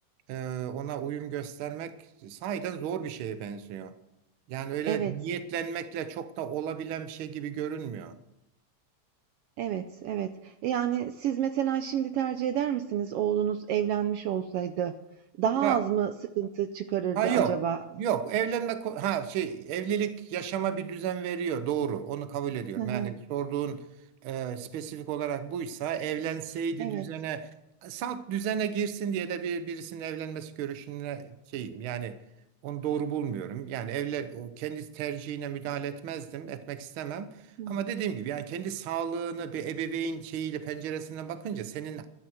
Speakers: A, on the right; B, on the right.
A: e, ona uyum göstermek sahiden zor bir şeye benziyor. Yani öyle
B: Evet.
A: niyetlenmekle çok da olabilen bir şey gibi görünmüyor.
B: Evet, evet. E, yani siz mesela şimdi tercih eder misiniz oğlunuz evlenmiş olsaydı? Daha
A: Ya
B: az mı sıkıntı çıkarırdı
A: Ha yok.
B: acaba?
A: Yok evlenme ko- ha şey evlilik yaşama bir düzen veriyor doğru onu kabul ediyorum.
B: Hı hı,
A: Yani sorduğun e, spesifik olarak buysa evlenseydi
B: evet.
A: düzene salt düzene girsin diye de bir birisinin evlenmesi görüşüne şeyim yani onu doğru bulmuyorum. Yani evlen o kendi tercihine müdahale etmezdim etmek istemem.
B: Hı hı.
A: Ama dediğim gibi yani kendi sağlığını bir ebeveyn şeyiyle penceresinden bakınca senin